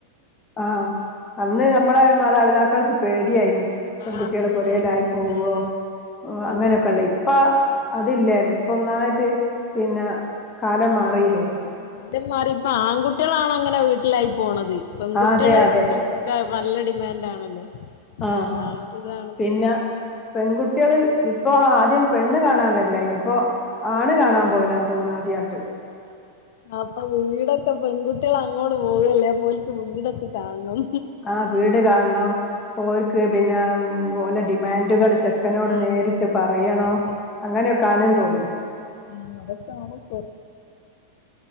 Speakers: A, on the left; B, on the left.
A: ആഹ അന്ന് നമ്മള മാതാപിതാക്കൾ പേടിയായിും പെൺകുട്ടികള്
B: ആഹ് പേടിയേനു
A: പുരലായി പോവോ
B: ആഹ്
A: അങ്ങനെയൊക്കെ
B: അതന്നെ
A: ഉള്ള ഇപ്പ അതില്ലേന ഒന്നായിട്ട് പിന്നെ കാലം മാറില്ലേ
B: ആറ്റം മാറി ഇപ്പ ആൺകുട്ടികളാണ് അങ്ങനെ വീട്ടിലായി പോണത് പെൺകുട്ടികള്
A: ആഹ് അതെ അതെ
B: നല്ലടി ൻഡ ആണല്ലോ
A: ആഹ്
B: ആ ഇതണിപ്പ
A: പിന്നെ പെൺകുട്ടികള് ഇപ്പൊ ആദ്യം പെണ് കാണാൻ വരില്ല ഇനിയിപ്പോൊ ആണ് കാണാൻ പോവലന്ന് തോന്ന ആദ്യാട്ട്
B: അപ്പൊ വീടൊക്കെ പെൺകുട്ടികൾ അങ്ങോട്ട് പോവല്ലേ പോലക്ക് വീടൊക്കെ കാണണം
A: ആ വീട് കാണണം ഓർക്ക് പിന്നെ ഓലെ ഡിമാൻഡുകൾ ച ചക്കനോട്
B: ആ
A: നേരിട്ട് പറയണോ
B: അതെ
A: അങ്ങനെയൊക്കെ ആണേെന്ന് തോന്നു
B: ആഹ അതൊക്കെ ആണപ്പ